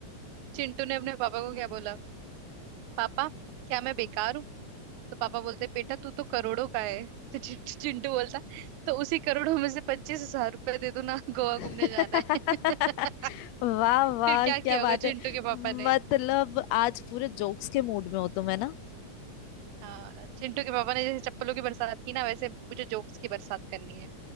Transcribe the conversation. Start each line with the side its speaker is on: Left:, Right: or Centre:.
Right: चिंटू ने अपने पापा को क्या बोला पापा क्या मैं बेकार हूँ तो पापा बोलते बेटा तू तो करोड़ों का है तो चिं- चिंटू बोलता तो उसी करोड़ों में से पच्चीस हजार रुपए दे दो ना गोवा
Left: <laughs>
Right: घूमने जाना है <laughs>
Left: वाह वाह
Right: फिर क्या
Left: क्या
Right: किया होगा
Left: बात है
Right: चिंटू के पापा ने
Left: मतलब आज पूरे जोक्स के मूड में हो तुम है ना
Right: हाँ चिंटू के पापा ने जैसे चप्पलों की बरसात की ना वैसे मुझे जोक्स की बरसात करनी है